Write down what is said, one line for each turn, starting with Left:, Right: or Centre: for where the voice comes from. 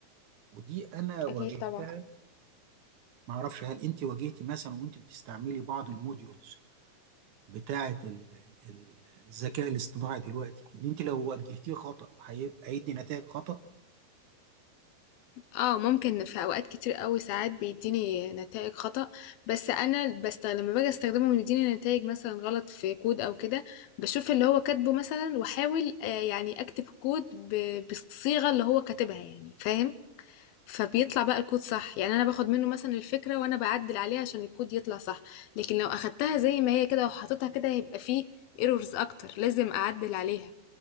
Right: ودي أنا واجهتها
Left: اكيد طبعا
Right: معرفش هل أنت واجهتي مثلا وأنت بتستعملي بعض الموديولز بتاعة ال- ال- الذكاء الاصطناعي دلوقتي إن أنت لو وجهتيه خطأ هيبقى هيدي نتائج خطأ
Left: اه ممكن في اوقات كتير قوي ساعات بيديني نتائج خطأ بس انا بست لما باجي استخدمه ويديني نتائج مثلا غلط في كود او كده بشوف اللي هو كاتبه مثلا واحاول آه، يعني اكتب كود ب- بالصيغة اللي هو كاتبها يعني فاهم فبيطلع بقى الكود صح يعني انا باخد منه مثلا الفكره وانا بعدل عليها عشان الكود يطلع صح لكن لو اخدتها زي ما هي كده وحطيتها كده هيبقى فيه ايرورز اكتر لازم اعدل عليها